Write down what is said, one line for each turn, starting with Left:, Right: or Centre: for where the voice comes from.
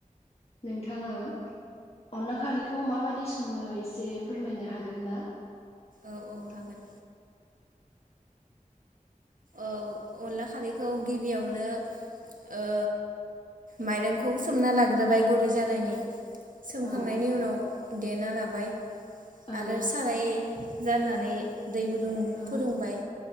Left: नोंथाङा अनला खारैखौ माबायदि सङो एसे फोरमायनो हागोन ना?
Right: औ औ हागोन औ अनला खारैखौ गिबियावनो ओ माइरंखौ सोमना लाग्रोबाय गुरै जानायनि। सोमखांनायनि
Left: औ
Right: उनाव देना लाबाय।
Left: औ
Right: आरो साराय जान्नानै दै गुदुं
Left: औ
Right: फुदुंबाय